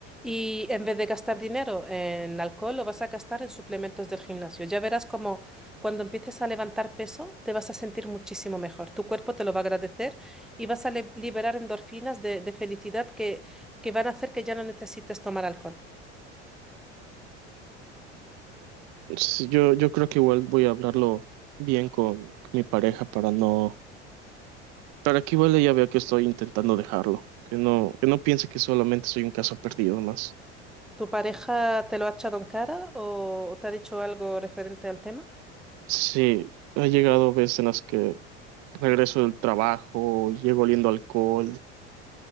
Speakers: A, in the centre; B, on the right.
A: Y en vez de gastar dinero en alcohol, lo vas a gastar en suplementos del gimnasio. Ya verás como cuando empieces a levantar peso, te vas a sentir muchísimo mejor. Tu cuerpo te lo va a agradecer y vas a le- liberar endorfinas de, de felicidad que, que van a hacer que ya no necesites tomar alcohol.
B: Sí, yo, yo creo que igual voy a hablarlo bien con, con mi pareja para no, para que igual ella vea que estoy intentando dejarlo, que no, que no piense que solamente soy un caso perdido más.
A: ¿Tu pareja te lo ha echado en cara o o te ha dicho algo referente al tema?
B: Sí, ha llegado veces en las que regreso del trabajo, llego oliendo alcohol.